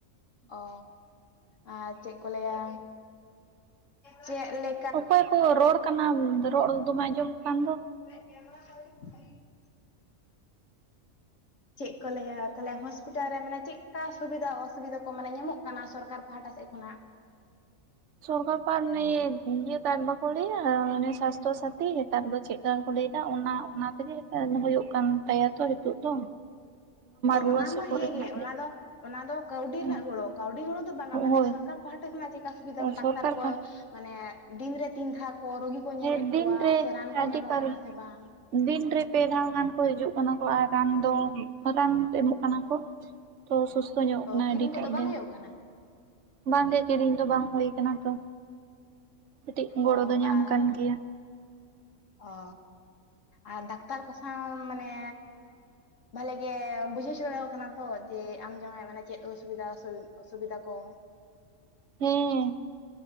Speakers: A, on the left; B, on the right.
A: ᱚ ᱟᱨ ᱪᱮᱫ ᱠᱚ ᱞᱟᱹᱭᱟ ᱪᱮᱫ ᱞᱮᱭᱟ, ᱪᱮᱫ ᱞᱟᱹ
B: ᱚᱠᱚᱭ ᱠᱚ ᱨᱚᱲ ᱠᱟᱱᱟ? ᱨᱚᱲ ᱫᱚᱢᱮ ᱟᱸᱡᱚᱢᱚᱜ ᱠᱟᱱ ᱫᱚ᱾
A: <inaudible> ᱪᱮᱫ ᱠᱚ ᱞᱟᱹᱭᱟ ᱛᱟᱦᱚᱞᱮ ᱦᱚᱥᱯᱤᱴᱟᱞ ᱨᱮ ᱢᱟᱱᱮ ᱪᱮᱫᱠᱟ ᱥᱩᱵᱤᱫᱟ ᱚᱥᱩᱵᱤᱫᱟ ᱠᱚ ᱢᱟᱱᱮ ᱧᱟᱢᱚᱜ ᱠᱟᱱᱟ? ᱥᱚᱨᱠᱟᱨ ᱯᱟᱦᱴᱟ ᱥᱮᱫ ᱠᱷᱚᱱᱟᱜ᱾
B: ᱥᱚᱨᱠᱟᱨ ᱯᱟ ᱱᱮ ᱤᱭᱟᱹ ᱠᱟᱨᱰ ᱵᱟᱠᱚ ᱞᱮᱭᱟ, ᱚᱱᱮ ᱥᱟᱥᱛᱷᱚ ᱥᱟᱛᱷᱤ ᱱᱮᱛᱟᱨ ᱫᱚ ᱪᱮᱫ ᱟᱨ ᱠᱚ ᱞᱟᱹᱭᱫᱟ ᱚᱱᱟ ᱚᱱᱟ ᱛᱮᱜᱮ ᱦᱩᱭᱩᱜ ᱠᱟᱱ ᱛᱟᱭᱟ ᱛᱚ ᱱᱤᱛᱚᱜ ᱫᱚ᱾
A: ᱚ
B: ᱨᱩᱣᱟᱹ
A: ᱚᱱᱟ
B: ᱦᱟᱹᱥᱩ
A: ᱢᱟ
B: ᱠᱚᱨᱮ
A: ᱦᱮᱸᱜᱮ,
B: ᱢᱮᱱᱟᱜ
A: ᱚᱱᱟ
B: ᱞᱮ
A: ᱫᱚ ᱚᱱᱟ ᱫᱚ ᱠᱟᱹᱣᱰᱤ
B: ᱦᱮᱸ
A: ᱨᱮᱱᱟᱜ ᱜᱚᱲᱚ, ᱠᱟᱹᱣᱰᱤ ᱜᱚᱲᱚ ᱫᱚ ᱵᱟᱝᱟ
B: ᱦᱳᱭ
A: ᱢᱟᱱᱮ ᱥᱚᱨᱠᱟᱨ ᱯᱟᱦᱟᱟ ᱠᱷᱚᱱᱟᱜ ᱪᱮᱫᱮᱠᱟ ᱥᱩᱵᱤᱫᱷᱟ ᱢᱮ ᱰᱟᱠᱛᱟᱨ
B: ᱥᱚᱨᱠᱟᱨ
A: ᱠᱚ
B: ᱯᱟᱦᱴᱟ
A: ᱢᱟᱱᱮ ᱫᱤᱱ ᱨᱮ ᱛᱤᱱ ᱫᱷᱟᱣ ᱠᱚ ᱨᱩᱜᱤ ᱠᱚ ᱧᱮᱞᱮᱫ
B: ᱦᱮᱸ
A: ᱠᱚᱣᱟ, ᱥᱮ ᱨᱟᱱ
B: ᱦᱮᱸ
A: ᱠᱚ
B: ᱟᱹᱰᱤ
A: ᱧᱟᱢᱚᱜ
B: ᱵᱟᱨ
A: ᱠᱟᱱᱟ ᱥᱮ ᱵᱟᱝ᱾
B: ᱫᱤᱱᱨᱮ ᱯᱮ ᱫᱷᱟᱣ ᱜᱟᱱ ᱠᱚ ᱦᱤᱡᱩᱜ ᱠᱟᱱᱟ ᱠᱚ, ᱟᱨ ᱨᱟᱱ ᱫᱚ ᱨᱟᱱ ᱮᱢᱚᱜ ᱠᱟᱱᱟ ᱠᱚ᱾ ᱛᱚ ᱥᱩᱥᱛᱷᱚ ᱧᱚᱜᱚᱜ
A: ᱚ
B: ᱠᱟᱱᱟ
A: ᱠᱤᱨᱤᱧ
B: ᱟᱹᱰᱤᱴᱟᱜ
A: ᱠᱚᱫᱚ ᱵᱟᱝ
B: ᱜᱮ᱾
A: ᱦᱩᱭᱩᱜ ᱠᱟᱱᱟ
B: ᱵᱟᱝᱜᱮ ᱠᱤᱨᱤᱧ ᱫᱚ ᱵᱟᱝ ᱦᱩᱭ ᱠᱟᱱᱟ ᱛᱚ ᱠᱟᱹᱴᱤᱡ ᱜᱚᱲᱚ
A: ᱚ
B: ᱫᱚ ᱧᱟᱢ
A: ᱟᱨ
B: ᱠᱟᱱ ᱜᱮᱭᱟ
A: ᱚ ᱟᱨ ᱰᱟᱠᱛᱟᱨ ᱠᱚ ᱥᱟᱶ ᱢᱟᱱᱮ ᱵᱷᱟᱞᱮ ᱜᱮ ᱵᱩᱡᱷᱟᱹᱣ ᱥᱮᱲᱟ ᱠᱟᱱᱟ ᱛᱚ ᱡᱮ ᱟᱢ ᱡᱟᱶᱟᱭ ᱢᱟᱱᱮ ᱪᱮᱫ ᱚᱥᱩᱵᱤᱫᱟ ᱚᱥᱩᱵᱤᱫᱷᱟ ᱠᱚ
B: ᱦᱮᱸ